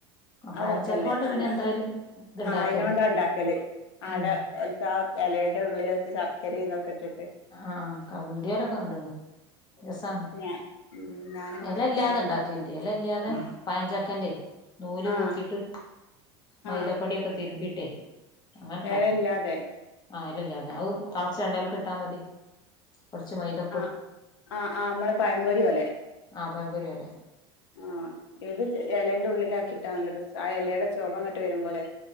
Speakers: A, on the left; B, on the left.
A: ആഹ്
B: പഴഞ്ചക്കോണ്ട്
A: ചാക്കല്ലേ ആൽഅ
B: പിന്നെ എന്തായാലും ഇത്ണ്ടാക്കല്ലോ
A: ആയിനോണ്ടണ്ടാക്കല് ആടെ
B: ഉം
A: എൽത്താ എലേടെഉള്ളിലൊച് ശർക്കരിംന്നൊക് ട്ടിട്ട്
B: ആഹ് ക വീഡ്യോലൊക്കെ കണ്ട്ണ് രസാണ്
A: ഞാ ഉം ഞാനും ഇവിടെത്തിയാരെ
B: എലല്ലാതെണ്ടാക്കൽണ്ട്
A: ഇണ്ടാക്കാൻ പഠിച്ചെ
B: എലല്ല്യാതെ പയഞ്ചക്കന്റെയ് നൂല്
A: ആ
B: പോക്കീട്ട് മൈദപ്പടിയോക്കെ
A: ആ
B: തിര്മ്പിട്ടേയ് അങ്ങനെണ്ടാക്കല്
A: എലയില്ലാതെ
B: ആഹ് എലല്യാതെ അത് തൾചഎണ്ണേൽക്ക്‌ട്ടാമതി കോർച്ച് മൈദം
A: ആഹ് ആഹ് ആഹ് ങ്ങള് പയം പൊരി ഓലെ
B: ആഹ് പയം പൊരി ഓലെ
A: ആഹ് ഇത് ച് എലന്റെ ഉള്ളിലാക്കിട്ടാ നല്ലരസ് ആഹ് എലേടെ ചോഭഅങ്ങട്ട് വരുമ്പളേ